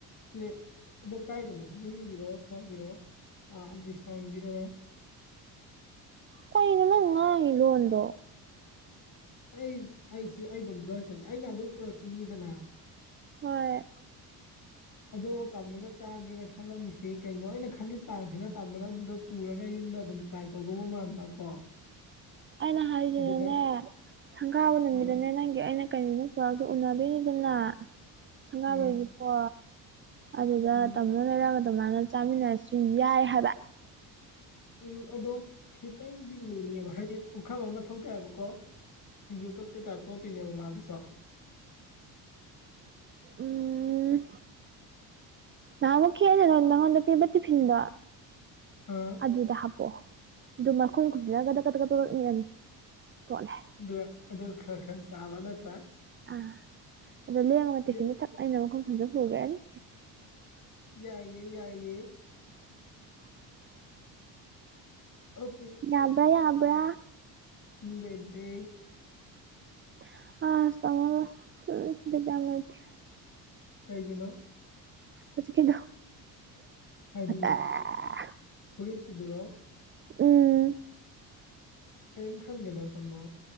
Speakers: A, on the left; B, on the right.
A: ꯄ꯭ꯂꯦꯠ ꯑꯗꯣ ꯀꯥꯏꯗꯅꯣ ꯌꯨꯝꯒꯤꯔꯣ ꯁ꯭ꯋꯥꯏꯒꯤꯔꯣ ꯑꯥ ꯗꯤꯁꯀꯥꯎꯟꯒꯤꯗꯣ
B: ꯀꯩꯅꯣ ꯅꯪꯅ ꯉꯥꯡꯉꯤ ꯂꯣꯟꯗꯣ
A: ꯑꯩ ꯑꯩꯁꯤ ꯑꯩ ꯑꯗꯨꯝ ꯕꯂꯔ ꯆꯠꯂꯦ ꯑꯩꯅ ꯑꯗꯨ ꯄꯨꯔꯛꯇꯣꯏꯅꯤꯗꯅ
B: ꯍꯣꯏ
A: ꯑꯗꯣ ꯇꯥꯃꯣꯅ ꯆꯥꯒꯦꯅ ꯈꯜꯂꯝꯃꯤꯁꯦ ꯀꯩꯅꯣ ꯑꯩꯅ ꯈꯜꯂꯤ ꯄ꯭ꯂꯥꯟꯁꯤꯅ ꯇꯥꯃꯣꯅ ꯑꯗꯨꯗꯣ ꯄꯨꯔꯒ ꯌꯨꯝꯗ ꯑꯗꯨꯝ ꯇ꯭ꯔꯥꯏ ꯇꯧꯗꯧꯕ ꯃꯥꯟꯕ ꯀꯣ
B: ꯑꯩꯅ ꯍꯥꯏꯔꯤꯁꯤꯅꯅꯦ
A: ꯑꯗꯨꯒ
B: ꯁꯪꯒꯥꯕ ꯅꯨꯃꯤꯇꯅꯦ
A: ꯑꯥ
B: ꯅꯪꯒꯤ ꯑꯩꯅ ꯀꯩꯅꯅꯣ ꯄꯨꯔꯛꯇꯣ ꯎꯅꯗꯣꯏꯅꯤꯗꯅ ꯁꯪꯒꯥꯕꯩꯒꯤꯀꯣ
A: ꯑꯥ
B: ꯑꯗꯨꯗ
A: ꯎꯝ
B: ꯇꯥꯃꯣꯅ ꯂꯩꯔꯒ ꯑꯗꯨꯃꯥꯏꯅ ꯆꯥꯃꯤꯟꯅꯔꯁꯨ ꯌꯥꯏ ꯍꯥꯏꯕ
A: ꯎꯝ ꯑꯗꯣ ꯈꯤꯇꯪꯗꯤ ꯂꯨꯅꯤꯕ ꯍꯥꯏꯗꯤ ꯄꯨꯈꯝ ꯑꯃ ꯃꯥꯊꯧ ꯇꯥꯏꯕꯀꯣ ꯁꯤꯡꯖꯨ ꯇꯣꯠꯄꯩꯇꯥꯥꯏꯞꯇ ꯇꯣꯠꯇꯣꯏꯅꯦꯕ ꯃꯥꯗꯨꯁꯨ <inaudible>
B: ꯎꯝ ꯅꯍꯥꯟꯃꯨꯛ <unintelligible> ꯄꯤꯕ ꯇꯤꯐꯤꯟꯗꯣ
A: ꯑꯥ
B: ꯑꯗꯨꯗ ꯍꯥꯞꯄꯛꯑꯣ ꯑꯗꯨ ꯃꯈꯨꯝ ꯈꯨꯝꯁꯤꯜꯂꯒ ꯀꯥꯗꯛ ꯀꯥꯗꯛ ꯅꯤꯛꯑꯅꯤ ꯇꯣꯠꯂꯦ
A: ꯑꯗꯨ ꯑꯗꯨ ꯈꯔ ꯈꯔ ꯆꯥꯜꯔ ꯅꯠꯇ꯭ꯔꯥ
B: ꯑꯥ ꯑꯗꯣ ꯂꯦꯝꯃꯒ ꯇꯤꯐꯤꯟꯗꯣ
A: ꯌꯥ-
B: ꯊꯛ ꯑꯩꯅ ꯃꯈꯨꯝ ꯈꯨꯟꯁꯤꯜꯔꯒ ꯄꯨꯈ꯭ꯔꯥꯅꯤ
A: ꯌꯥꯏꯌꯦ ꯌꯥꯏꯌꯦ
B: <unintelligible>
A: ꯑꯣ
B: ꯌꯥꯕ꯭ꯔꯥ ꯌꯥꯕ꯭ꯔꯥ
A: ꯎꯝ ꯕꯦꯕꯤ
B: <unintelligible>
A: ꯀꯩꯒꯤꯅꯣ
B: ꯍꯧꯖꯤꯛꯀꯤꯗꯣ
A: ꯍꯥꯏꯗꯤ
B: ꯑꯥ
A: ꯐꯨꯔꯤꯠꯀꯤꯗꯨꯔꯣ
B: ꯎꯝ
A: ꯀꯔꯤꯝ ꯈꯟꯒꯅꯣ ꯇꯥꯝꯃꯣ